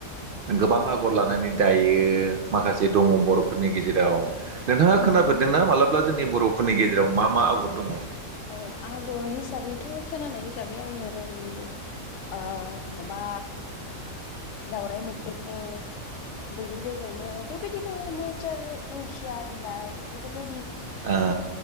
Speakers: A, on the right; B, on the left.
A: गोबां आगर लानानै दायो माखासे दङ बर'फोरनि गेजेराव नोंथाङा
B: उम
A: खोनाफेरदोंना मालाबा जोंनि बर'फोरनि गेजेराव मा मा आगर दङ
B: औ आगर हिसाबैथ' खोनानाय हिसाबै आङो ओरै ओ माबा दावराय मोख्रेबनो बैग्रि बेगरनो बेबायदिनो नेचार दिंखिया बिलाइ बेफोरबायदि
A: ओ